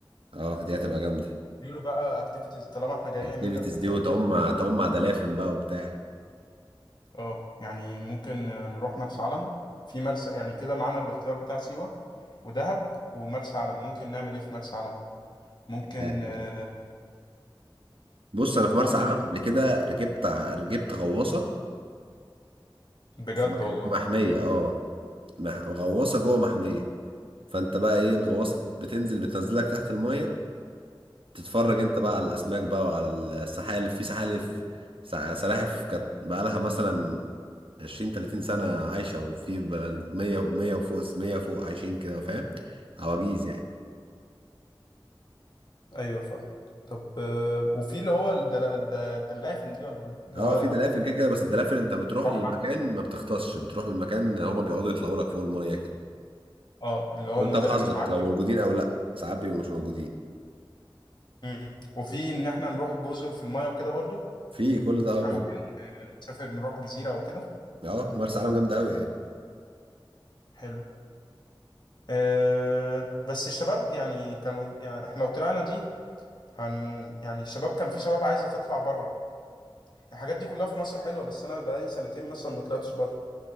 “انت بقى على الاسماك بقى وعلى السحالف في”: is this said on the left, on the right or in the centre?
Right